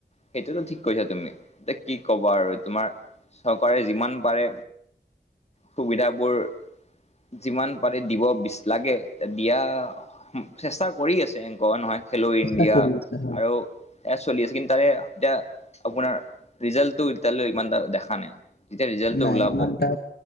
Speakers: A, on the left; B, on the left.
A: সেইটোতো ঠিক কৈছা তুমি এতিয়া কি কবা আৰু তোমাৰ চৰকাৰে যিমান পাৰে সুবিধাবোৰ যিমান পাৰি দিব বিচ লাগে দিয়া চেষ্টা কৰি আছে এনকৱা নহয়। খেলো
B: চেষ্টা
A: ইণ্ডিয়া
B: কৰি আছে হয়
A: আৰু এয়া চলি আছে কিন্তু তাৰে এতিয়া আপোনাৰ ৰিজাল্টটো এতিয়ালৈ ইমান দেখা নাই। যেতিয়া ৰিজাল্টটো
B: নাই
A: ওলাব
B: ইমান এটা